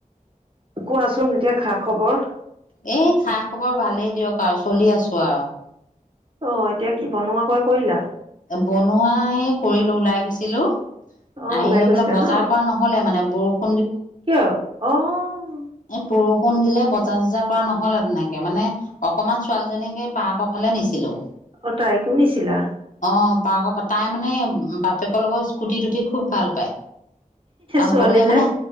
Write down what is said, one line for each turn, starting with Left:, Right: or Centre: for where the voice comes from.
Right: কোৱাচোন এতিয়া খা খবৰ?
Left: এই খা খবৰ ভালেই দিয়ক আও চলি আছো আও।
Right: অ এতিয়া কি বনোৱা <unintelligible> কৰিলা?
Left: বনোৱাই কৰিলো ওলাই গৈছিলো?
Right: অ
Left: আহি
Right: ওলাই
Left: লৈ
Right: গৈছিলা
Left: পেলাই বজাৰ
Right: ন
Left: কৰা নহলে মানে। অহ।
Right: কিয়? অহ।
Left: এই বৰষুণ দিলে বজাৰ চজাৰ কৰা নহল আও তেনেকে, মানে অকমান ছোৱালীজনী সেই পাৰ্কৰ ফালে নিছিলো।
Right: অ তাইকো নিছিলা।
Left: অ পাৰ্ক পা তাই মানে বাপেকৰ লগত স্কুটিত উঠি খুব ভাল পায়। আৰু
Right: ছোৱালী
Left: গলে
Right: যে
Left: মানে